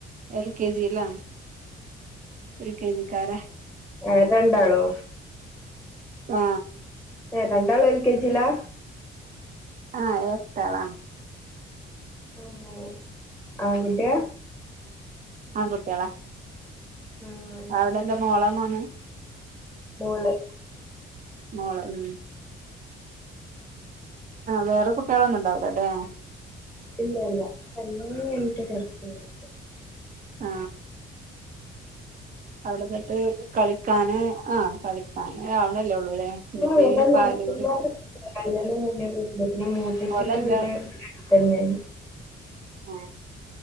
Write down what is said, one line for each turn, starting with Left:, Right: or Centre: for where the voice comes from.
Right: എൽ കെ ജിയില എൽ കെ ജി കാര
Centre: ഏ രണ്ടാളോ
Right: ആ
Centre: ഏ രണ്ടാളും എൽ കെജിലാ
Right: ആ എരട്ടേള
Centre: ഓ ആൺകുട്ടിയാ
Right: ആൺ കുട്ടിളാ
Centre: ആഹ്
Right: അവിടെ എന്താ മോളമോനാ
Centre: മോള്
Right: മോള് ഉം വേറെ കുട്ടേളൊന്നും ഇണ്ടാവൂലല്ലേ
Centre: ഇല്ലല്ല <unintelligible>
Right: ആ അവിടെന്നിട്ട് കളിക്കാന് ആ കളിക്കാന് അവ ല്ലേള്ളൂലെ പിന്നെപ്പോ
Centre: ആഹ് ഇവിടെ
Right: ഈ
Centre: നാത്തൂന്മാരൊക്കെണ്ട്
Right: പാല് കുടി
Centre: <unintelligible>
Right: ഓലെന്താ ആ